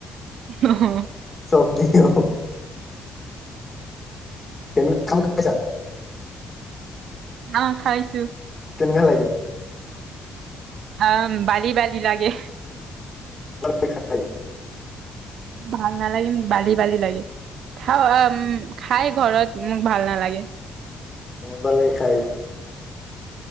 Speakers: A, on the right (about 75°); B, on the left (about 25°).
A: অহ।
B: সব ঠিক-অ। তেনোমছ <unintelligible>
A: অঁ' খাইছো।
B: কেনেকুৱা লাগে?
A: অঁ' বালি-বালি লাগে।
B: দেখাই <unintelligible>
A: ভাল নালাগে, বালি-বালি লাগে। খাওঁ উম। খাই ঘৰত মোক ভাল নালাগে।
B: পালী খাই।